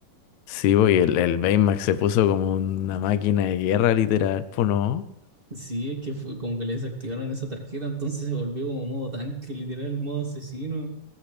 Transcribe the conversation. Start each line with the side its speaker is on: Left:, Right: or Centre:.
Left: Sí, pues y el, el Baymax se puso como una máquina de guerra, literal, pues no.
Right: Sí, es que fue como que le desactivaron esa tarjeta, entonces se volvió como modo tanque, literal, modo asesino.